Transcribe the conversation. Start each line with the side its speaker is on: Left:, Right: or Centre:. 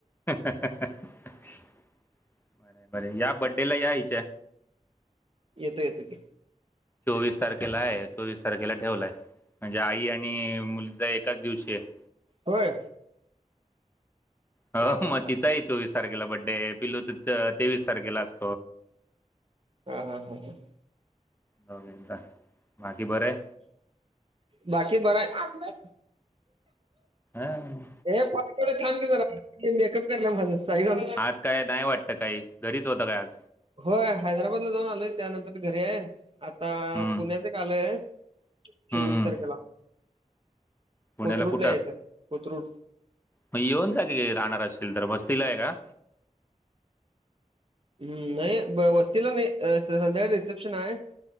Left: बरं बरं या बड्डेला या हीच्या.
Right: येतो येतो की.
Left: चोवीस तारखेला आहे चोवीस तारखेला ठेवलाय. म्हणजे आई आणि मुलीचा एकाच दिवशी आहे.
Right: होय?
Left: अ
Right: हा हा
Left: मग
Right: हा
Left: तिचाही चोवीस तारखेला बड्डे आहे पिल्लूचं त-तेवीस तारखेला अस
Right: हां हां हां हां.
Left: दोघींचा, बाकी बरं आहे?
Right: बाकी बरं आहे.
Left: हा
Right: हे <unintelligible> थांब की जरा मेकअप करल्या माझं. साईबाब
Left: आज काय नाही वाटतं काही, घरीच होता काय आज?
Right: होय हैदराबादला जाऊन आलोय त्यानंतरन घरी आहे आता
Left: हम्म
Right: पुण्याचं
Left: हम्म
Right: एक आलंय. चोवीस
Left: हम्म
Right: तारखेला.
Left: पुण्याला
Right: कोथरूडला
Left: कुठं?
Right: यायचं कोथरूड
Left: म येऊन जा की राहणार असशील तर वस्तीला आहे का?
Right: हम्म नाही व-वस्तीला नाही अ संध्याकाळी रिसेप्शन आहे.